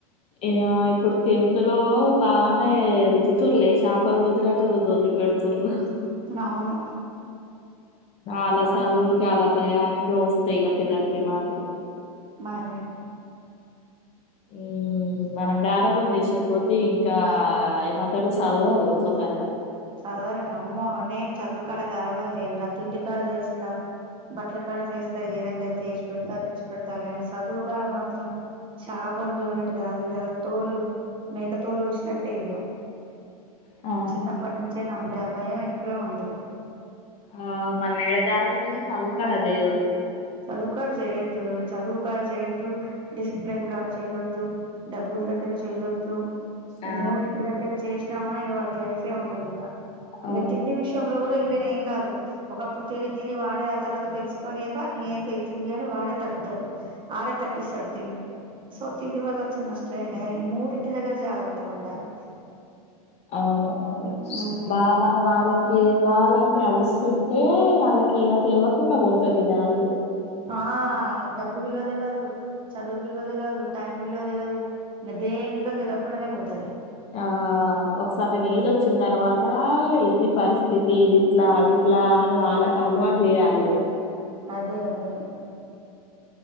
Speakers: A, on the left; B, on the right.
A: ఇక ఇప్పుడు టెన్త్ లో పానే రుదుతుర్లే చాపలు రుదినట్టే రుద్ది వదిలి పెడతారు
B: అవును
A: అళ్ళ
B: అందుకు
A: చదువులాకి అలా భయానికి వస్త ఇక పిల్లలకి మార్కులు
B: మరే
A: ఉమ్ మనం గారంభం చేసే కొద్దీ ఇంకా ఏమంటారు చదవరు తొందరగా
B: చదవరగా అమ్మ నేను చదువుకాడ గరాభం చేయను రా తిండి కాడ చేస్తా బట్టల కాడ చేస్తా ఏదంటే అది చేచి పెడతా అ పెడతా కానీ చదువుకాడ మాత్రం చాపను తోమినట్టుగాదిగా తోలు మేక తోలు వలిసినట్టే ఇక
A: ఆ
B: చిన్న అప్పటి నుంచే నా అంతే భయం ఎక్కువే ఉండిది
A: ఆ మనం ఏడ గరభం చేసిన చదువుకడ చేయదు
B: చదువు కడ చేయొద్దు చదువు కడ చేయొద్దు డిసిప్లిన్ కడ చేయొద్దు ద్దు డబ్బుల దగ్గర చేయద్దు ఈ
A: ఆ
B: మూడిటి దగ్గర చేస్తే చేసినామా ఇక వాడికి లైఫే ఉండదు ఇక
A: ఆ
B: ఇక తిండి విషయంలో కూడా ఇవేనే ఏం కాదు ఒకప్పుడు తిని తిని వాడే ఆ తర్వాత తెలుసుకొని తప్ప ఏంది ఇ తిండి అని వాడే తగ్గుతాడు వాడే తగ్గిస్తాడు తిండి సో తిండి వల్ల వచ్చిన నష్టమే లే ఈ మూడింటి దగ్గర జాగ్రత్తగా ఉండాలి
A: అవును
B: అదే ఉమ్.
A: బా మనం వాళ్ళకి ఏం కావాలంటే అవి ఇస్తుంటే వాళ్ళకి ఇక తెలియకుండా పోతది వ్యాల్యూ
B: ఆ డబ్బు విలువ తెలవదు చదువు విలువ తెలవదు టైమ్ విలువ తెలవదు ఇక దేనికి దీని విలువ తేలవకుండనే పోతు అది
A: ఆ ఒక సరిటెన్ ఏజ్ వచ్చిన తర్వాత ఇది పరిస్థితి ఇదిట్లా అది ఎట్లా అని వాళ్ళకి అలవాటు చేయాలి ఇక
B: అదే అదే